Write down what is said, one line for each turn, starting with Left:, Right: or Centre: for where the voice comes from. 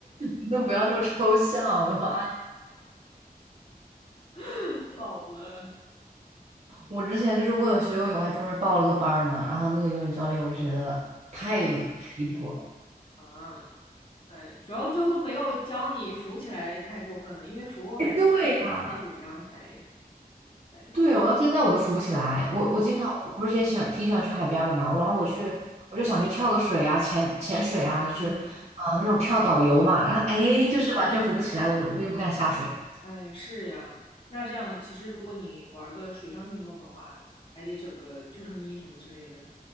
Right: 你都不要这么抽象，我的妈呀！
Left: <laughs> 老了，
Right: 我之前就是为了学游泳，还专门报了个班儿呢。然后那个游泳教练，我就觉得太太离谱了。
Left: 嗯啊，哎主要最后都没有教你浮起来，太过分了，因为浮我感觉就是太紧张才
Right: 哎，对呀、
Left: 才那个，
Right: 对，我到现在我都浮不起来。我我经常，
Left: 嗯
Right: 我不是也喜欢挺喜欢去海边儿的嘛。我然后我去，
Left: 嗯
Right: 我就想去跳个水啊，潜潜水啊，就是啊、
Left: 嗯
Right: 那种跳导游嘛。然后哎，
Left: 嗯，
Right: 就是完全浮不起来，我就我也不敢下水。
Left: 哎，是呀，那这样其实如果你玩个水上运动的话，还得整个救生衣什么之类的，